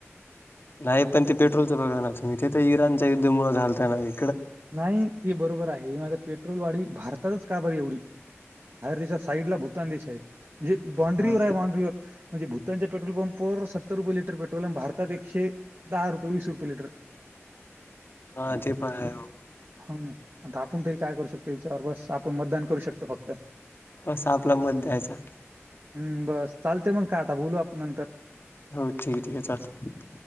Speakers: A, on the left (about 50°); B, on the right (about 45°).
A: नाही पण ते पेट्रोलचं बघा नाच इथे तर इराणच्या युद्धामुळ झालत ना हे
B: नाही ते बरोबर आहे माझ पेट्रोल वाढी भारतातच का बर एवढी बाहेर देशा साईड ला भूतान देश आहे म्हणजे बॉड्रीवर
A: हा
B: आहे
A: ते
B: बाॅड्रीवर म्हणजे भूतानच्या पेट्रोल पंपावर सत्तर रुपय लिटर पेट्रोल भारतात एकशे दहा रुपय वीस रुपय लिटर
A: हा ते पण हाय हो
B: हो ना आता आपण तरी काय करू शकतो याच्यावर बस आपण मतदान करू शकतो फक्त
A: असा आपला मत द्यायचा
B: हम्म बस चालतंय मग काय आता बोलू आपण नंतर
A: हो ठीक आहे ठीक आहे चालतंय